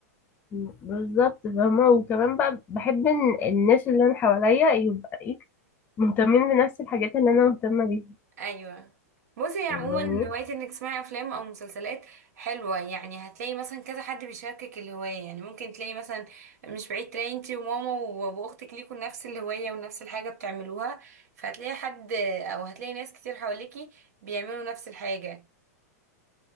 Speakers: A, on the left (about 20°); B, on the right (about 75°).
A: بالظبط فاهمه وكمان بقى بحب ان الناس اللي انا حواليا يبقى إيه؟ مهتمين بنفس الحاجات اللي انا مهتمه بيها
B: ايوه بصي هي عموما
A: يعني
B: هوايه انك تسمعي افلام او مسلسلات حلوه يعني هتلاقي مثلا كذا حد بيشاركك الهوايه يعني ممكن تلاقي مثلا مش بعيد تلاقي انتي وماما وابو اختك ليكوا نفس الهوايه ونفس الحاجه بتعملوها فهتلاقي حد او هتلاقي ناس كتير حواليكي بيعملوا نفس الحاجه